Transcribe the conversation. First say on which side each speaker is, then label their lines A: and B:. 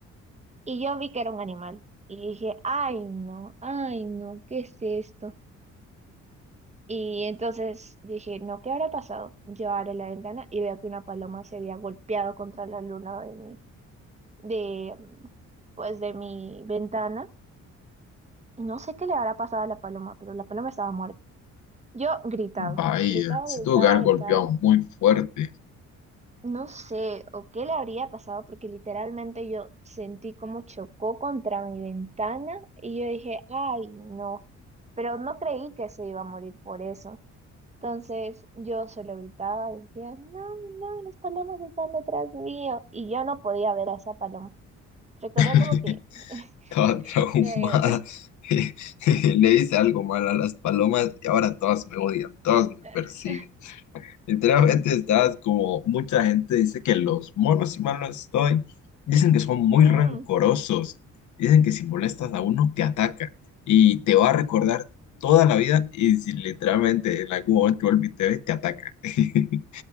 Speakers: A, on the right; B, on the left.
A: y yo vi que era un animal y dije, ay no, ay no, ¿qué es esto? Y entonces dije, no, ¿qué habrá pasado? Yo abro la ventana y veo que una paloma se había golpeado contra la luna de mi, de, pues de mi ventana Y no sé qué le habrá pasado a la paloma, pero la paloma estaba muerta. Yo gritaba,
B: Vaya,
A: gritaba,
B: si
A: gritaba,
B: tu hogar
A: gritaba.
B: golpeado muy fuerte.
A: No sé, o qué le habría pasado, porque literalmente yo sentí como chocó contra mi ventana y yo dije, ay, no. Pero no creí que se iba a morir por eso. Entonces yo solo gritaba y decía, no, no, las palomas están detrás mío. Y yo no podía ver a esa paloma. Recuerdo
B: <laughs>
A: como que <laughs>
B: Estaba traumada.
A: me...
B: <laughs> Le hice algo mal a las palomas y ahora todas me odian, todas me
A: <laughs>
B: persiguen. Literalmente
A: Sí.
B: estás como mucha gente dice que los monos, si mal no estoy, dicen que son muy
A: Mm,
B: rencorosos. Dicen que si molestas a uno te ataca y te va a recordar toda la vida y si literalmente en algún momento vuelve y te ve, te ataca. <laughs> Dicen